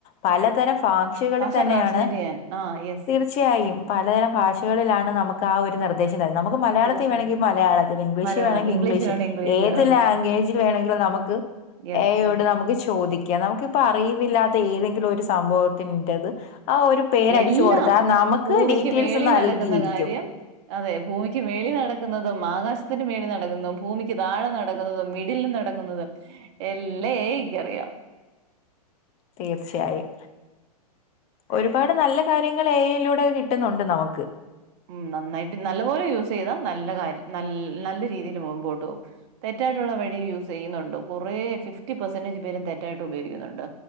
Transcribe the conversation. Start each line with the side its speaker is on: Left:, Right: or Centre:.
Left: പലതരം പാക്ഷക്കളിതന്നെയാണ്
Right: ഭാഷ ട്രാൻസ്ലേറ്റ് ചെയ്യാൻ ആ യെസ്
Left: തീർച്ചയായും പലതരം ഭാഷകള്ലാ ണ് നമ്മക്ക് ആ ഒരു നിർദ്ദേശം തരുന്നേ നമ്മക്ക് മലയാളത്തി
Right: യെസ്
Left: വേണെങ്കി
Right: യെസ്
Left: മലയാളത്തില് ഇംഗ്ലീഷ്
Right: മലയാളം
Left: റ്റ് വാണെങ്കി ഇംഗ്ലീഷ്
Right: വേണം ഇംഗ്ലീഷ്
Left: ഏത്
Right: അതെ
Left: ലാഗ്വേജിൽ വേണങ്കിലും നമുക്ക്
Right: യെസ്
Left: എ ഐ യോട്
Right: യെസ്
Left: നമുക്ക് ചോദി ക്ക്യാ നമ്മക്ക് ഇപ്പറിയിവ് ഇല്ലാത്തെ ഏതെങ്കിലും ഒരു സംഭവത്തിന്റത് ആ ഒരു പേരടിച്ചു
Right: എല്ലാം
Left: കൊടുത്താ നമക്ക്
Right: ഭൂമിക്ക്
Left: ഡീറ്റെയിൽസ്
Right: മേളിൽ
Left: നൽകിയിരിക്ക്യും
Right: നടക്കുന്ന കാര്യം അതെ ഭൂമിക്ക് മേളി നടക്കുന്നതും ആകാശത്തിന് മേളി ന ടക്കുന്നും ഭൂമിക്ക് താഴെ നടക്കുന്നതും മിഡിൽ നടക്കുന്നതും എല്ലാം എ ഐക്ക് അറിയാ
Left: തീർച്ചയായും ഒരുപാട് നല്ല കാര്യങ്ങള് എ ഐയിലൂടെ കിട്ടുന്നുണ്ട് നമക്ക്
Right: ഉം നന്നായിട്ട് നല്ല പോലെ യൂസെയ്താ നല്ല കാര്യ ന നല്ല രീതിയില് മുമ്പോട്ടോവും തെറ്റായിട്ടുള്ള വ ഴി യൂസെയ്യുന്നൊണ്ട് കൊറേ സിക്സ്റ്റി പെർസന്റേജ് പേരും തെറ്റായിട്ട് ഉപയോയിക്കുന്നുണ്ട്